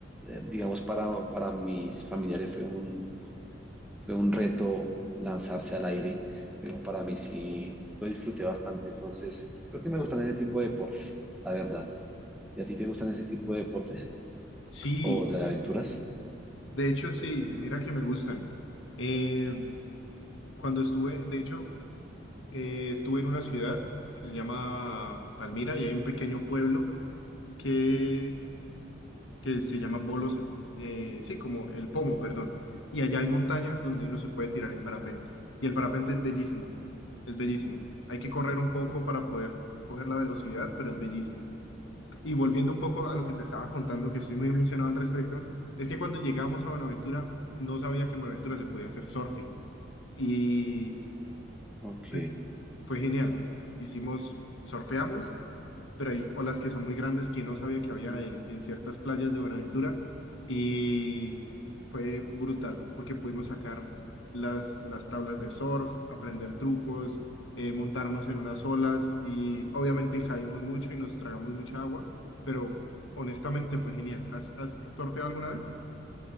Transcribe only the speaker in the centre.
eh, digamos para, para mis familiares fue un, fue un reto lanzarse al aire, pero para mí sí lo disfruté bastante, entonces creo que me gustan ese tipo de deportes, la verdad. ¿Y a ti te gustan ese tipo de deportes
o de aventuras?
Ok.